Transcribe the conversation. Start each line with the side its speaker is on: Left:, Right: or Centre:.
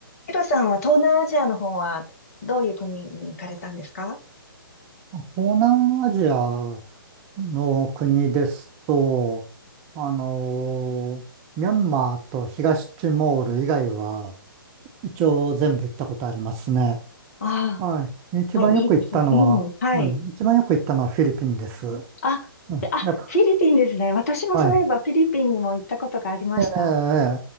Left: ヒロさんは東南アジアの方はどういう国に行かれたんですか
Right: 東南アジアの国ですと、あのミャンマーと東ティモール以外は、一応全部行ったことありますね。
Left: あ
Right: はい。一番よく行ったのは、
Left: あ、はい、いいですね。うん、はい。
Right: うん、一番よく行ったのはフィリピンです。う
Left: あ、
Right: ん、
Left: であ、
Right: やっ
Left: フィリピンですね。私もそういえばフィリピンにも行ったことがありました。
Right: ぱ、はい。ええ